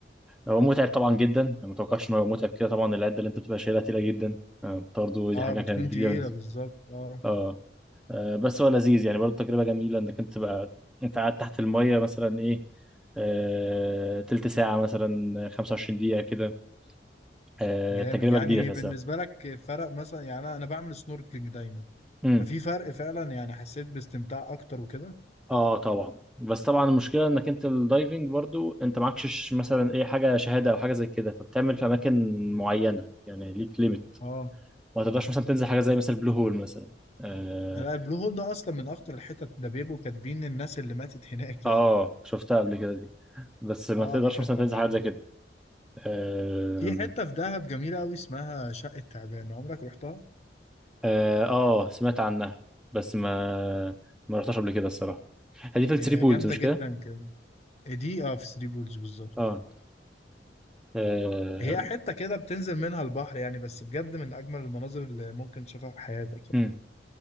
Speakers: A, in the centre; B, on the left.
A: هو متعب طبعا جدا أنا ما اتوقعش ان هو متعب كده طبعا العده اللي انت بتبقى شايلها تقيله جدا آه، برضه
B: اه
A: دي حاجه
B: بتكون
A: كانت جديده
B: تقيله
A: بالنسبه
B: بالظبط اه
A: اه آه، بس هو لذيذ يعني برضه تجربه جميله انك انت تبقى انت قاعد تحت الميه مثلا ايه آه، تلت ساعه مثلا 25 دقيقه كده آه،
B: جامد
A: تجربه
B: يعني
A: جديده تحسها
B: بالنسبه لك فرق مثلا يعني انا أنا بعمل سنوركلينج دايما
A: امم
B: ففي فرق فعلا يعني حسيت باستمتاع اكتر وكده
A: اه طبعا بس طبعا المشكله انك انت الدايفنج برضو انت معكش مثلا ايه حاجه شهاده او حاجه زي كده فبتعمل في اماكن معينه يعني ليك ليميت
B: اه
A: ما تقدرش مثلا تنزل حاجه زي مثلا البلو هول مثلا آه،
B: لا البلو هول ده اصلا من اخطر الحتت ده بيبقوا كاتبين الناس اللي ماتت هناك
A: اه
B: يعني
A: شفتها قبل كده دي بس ما
B: اه
A: تقدرش
B: دي حته
A: مثلا تنزل
B: مرعبه
A: حاجات زي كده آم،
B: في حته في دهب جميله قوي اسمها شقه تعبان عمرك رحتها
A: اه آه، سمعت عنها بس ما ما رحتهاش قبل كده الصراحه هي دي في الثري
B: هي
A: بولز
B: جامده
A: مش
B: جدا
A: كده
B: كده دي اه في ثري بولز بالظبط
A: اه آه،
B: هي حته كده بتنزل منها البحر يعني بس بجد من اجمل المناظر اللي ممكن تشوفها في حياتك يعني
A: مم.